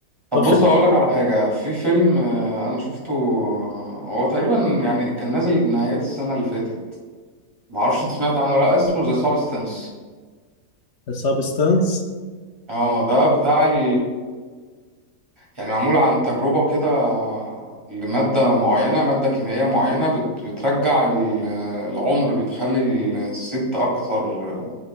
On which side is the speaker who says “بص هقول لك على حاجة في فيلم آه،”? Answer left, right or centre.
Right